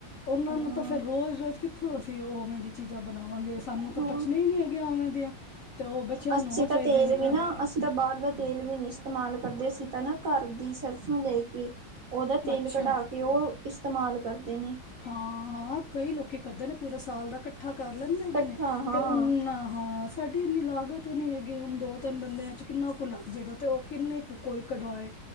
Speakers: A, on the left; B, on the right.
A: ਉਹਨਾਂ
B: ਹਾਂ,
A: ਨੂੰ ਤਾਂ ਫੇਰ ਰੋਜ਼ ਰੋਜ਼ ਕਿਥੋਂ ਅਸੀਂ ਉਵੇਂ ਦੀ ਚੀਜ਼ਾਂ ਬਣਾਵਾਂਗੇ ਸਾਨੂੰ ਤਾਂ
B: ਹਾਂ।
A: ਪਚਨੀ ਹੀ ਨਹੀਂ ਹੈਗੀਆਂ ਉਵੇਂ ਦੀਆਂ। ਤੇ ਉਹ ਬੱਚਿਆਂ
B: ਅਸੀਂ
A: ਨੂੰ ਉਹ
B: ਤਾਂ
A: ਚਾਹੀਦਾ
B: ਤੇਲ
A: ਹੈਗਾ ਤਾਂ
B: ਵੀ ਨਾ
A: ਹਾਂ
B: ਅਸੀਂ ਤਾਂ ਬਾਹਰ ਦਾ ਤੇਲ ਵੀ ਨਹੀਂ ਇਸਤੇਮਾਲ ਕਰਦੇ ਅਸੀਂ ਤਾਂ ਨਾ ਘਰ ਦੀ ਸਰਸੋਂ ਲੈ ਕੇ ਉਹਦਾ ਤੇਲ
A: ਅੱਛਾ
B: ਕਢਾ ਕੇ ਉਹ ਇਸਤੇਮਾਲ ਕਰਦੇ ਨੇ।
A: ਹਾਂ ਹਾਂ ਕਈ ਲੋਕੀ ਕਰਦੇ ਨੇ ਪੂਰੇ ਸਾਲ ਦਾ ਇਕੱਠਾ ਕਰ ਲੈਂਦੇ
B: ਇਕੱਠਾ
A: ਹੈਗੇ ਨੇ
B: ਹਾਂ
A: ਤੇ ਉਨਾ ਹਾਂ ਸਾਡੀ ਇੰਨੀ ਲਾਗਤ ਹੀ ਨਹੀਂ ਹੈਗੀ ਹੁਣ ਦੋ ਤਿੰਨ ਬੰਦਿਆਂ ਚ ਕਿੰਨਾ ਕੁ ਲੱਗ ਜਾਏਗਾ ਤੇ ਉਹ ਕਿੰਨੀ ਕੁ ਕੋਈ ਕਢਵਾਏ।